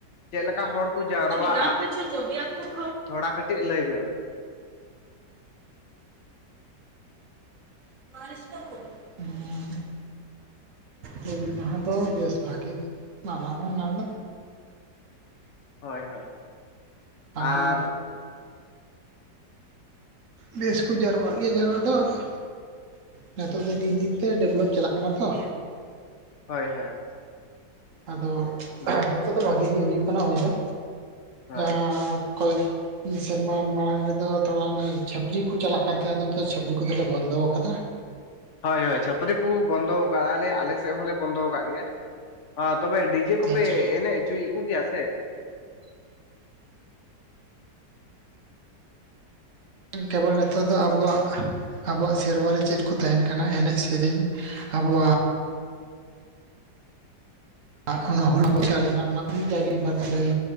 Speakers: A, on the left; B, on the right.
A: ᱪᱮᱫ ᱞᱮᱠᱟ ᱦᱚᱲ ᱠᱚ ᱡᱟᱣᱨᱟᱜᱼᱟ
B: <unintelligible>
A: ᱛᱷᱚᱲᱟ ᱠᱟᱹᱴᱤᱡ ᱞᱟᱹᱭ ᱵᱮᱱ᱾
B: <unintelligible> ᱦᱩᱞ ᱢᱟᱦᱟᱸ ᱫᱚ ᱵᱮᱥ ᱵᱷᱟᱜᱮ ᱜᱮ ᱢᱟᱱᱟᱣᱟ ᱚᱱᱟ ᱫᱚ᱾
A: ᱦᱳᱭ ᱦᱳᱭ᱾ ᱟᱨ
B: ᱟᱫᱚ ᱵᱮᱥ ᱠᱚ ᱡᱟᱨᱣᱟᱜ ᱜᱮᱭᱟ ᱡᱟᱨᱣᱟ ᱫᱚ ᱟᱫᱚ᱾ ᱱᱤᱛᱚᱜ ᱫᱚ ᱫᱤᱱ ᱫᱤᱱ ᱛᱮ ᱰᱮᱵᱷᱞᱚᱯ ᱪᱟᱞᱟᱜ ᱠᱟᱱᱟ ᱛᱚ᱾
A: ᱦᱳᱭ ᱦᱳᱭ᱾
B: ᱟᱫᱚ
A: ᱦᱳᱭ᱾
B: ᱦᱤᱛᱳᱜ ᱫᱚ ᱵᱷᱟᱜᱤ ᱜᱮ ᱦᱩᱭᱩᱜ ᱠᱟᱱᱟ ᱦᱳᱭ ᱫᱚ
A: ᱦᱳᱭ
B: ᱡᱟᱦᱟᱸ ᱠᱚᱭ ᱢᱤᱫ ᱥᱮᱨᱢᱟ ᱢᱟᱲᱟᱝ ᱨᱮᱫᱚ ᱛᱷᱚᱲᱟ ᱚᱱᱮ ᱪᱷᱟᱹᱯᱨᱤ ᱠᱚ ᱪᱟᱞᱟᱜ ᱠᱟᱱ ᱛᱟᱦᱮᱸᱜ ᱟᱫᱚ ᱱᱤᱛᱚᱜ ᱪᱷᱟᱹᱯᱨᱤ ᱠᱚᱫᱚ ᱞᱮ ᱵᱚᱱᱫᱚ ᱟᱠᱟᱫᱟ᱾
A: ᱦᱳᱭ ᱦᱳᱭ ᱪᱷᱟᱹᱯᱨᱤ ᱠᱩ ᱵᱚᱱᱫᱚᱣ ᱠᱟᱜ ᱟᱞᱮ ᱟᱞᱮ ᱥᱮᱫ ᱦᱚᱸ ᱞᱮ ᱵᱚᱱᱫᱚ ᱠᱟᱜ ᱜᱮᱭᱟ᱾ ᱦᱚ ᱛᱚᱵᱮ ᱰᱤ ᱡᱮ ᱠᱚᱯᱮ
B: ᱟᱪᱪᱷᱟ ᱟᱪᱪᱷᱟ
A: ᱮᱱᱮᱡ ᱦᱚᱪᱚᱭᱮᱫ ᱠᱚᱜᱮᱭᱟ ᱥᱮ?
B: ᱠᱮᱵᱚᱞ ᱱᱤᱛᱚᱜ ᱫᱚ ᱟᱵᱚᱣᱟᱜ ᱟᱵᱚᱣᱟᱜ ᱥᱮᱨᱣᱟ ᱨᱮ ᱪᱮᱫ ᱠᱚ ᱛᱟᱦᱮᱱ ᱠᱟᱱᱟ ᱮᱱᱮᱡ ᱥᱮᱨᱮᱧ ᱟᱵᱚᱣᱟᱜ ᱟᱨ ᱚᱱᱟ ᱦᱩᱞ <inaudible> ᱞᱮᱱᱟ ᱚᱱᱟ ᱠᱚ ᱜᱮ ᱢᱤᱫ ᱵᱟᱨ ᱞᱟᱹᱭ